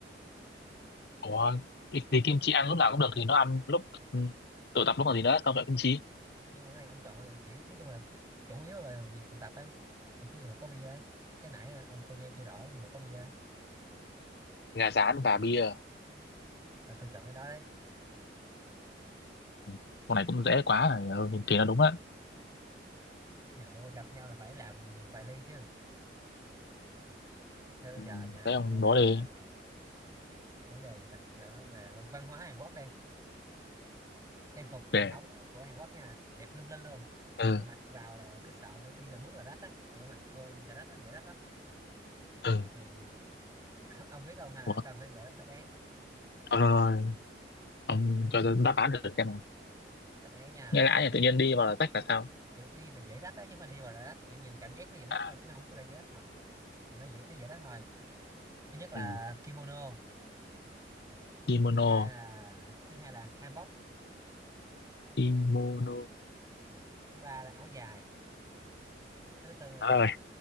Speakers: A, on the left (about 60°); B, on the right (about 20°).
A: ủa thì, thì kim chi ăn lúc nào cũng được thì nó ăn lúc ừm, tụ tập lúc còn gì nữa xong rồi kim chi
B: nhưng mà cái này ông chọn là chỉ nói chung là chủ yếu là về việc tụ tập ấy thì cái gì mà có bia ấy cái nãy à, ông tôi nghe chưa rõ cái gì mà có bia ấy
A: gà rán và bia
B: là tôi chọn cái đó đấy
A: Ừm, con này cũng dễ quá rồi ừ, thì thì nó đúng á
B: nhậu gặp nhau là phải làm vài ly chứ thế bây
A: Ừ,
B: giờ nha
A: thế
B: để
A: ông
B: nói về
A: đố đi
B: vấn đề gì ta kiểu nói về văn, văn hóa Hàn Quốc đi trang phục truyền
A: để
B: thống của Hàn Quốc nha đẹp lung linh luôn
A: ừ
B: nhưng mà mặc vào là cứ sợ đi vài bước là rách á kiểu mặc vô đi sợ rách lắm dễ rách lắm
A: ừ
B: thì <laughs> ông biết không hay là
A: ủa thôi,
B: cần phải gợi đáp án
A: thôi, thôi. ông cho tôi đáp án được xem nào
B: đáp án nha
A: nghe lã này
B: thì
A: tự nhiên đi vào là rách là sao
B: kiểu đi là dễ rách á chứ không phải đi vào là rách kiểu nhìn cảm giác nó dễ rách
A: à,
B: thôi chứ nó không có ra dễ rách thật thì nó dễ nó dễ rách thôi thứ nhất là
A: ừ.
B: kimono
A: kimono
B: thứ hai là thứ hai là hanbok
A: kimono
B: thứ ba là áo dài thứ tư là
A: rồi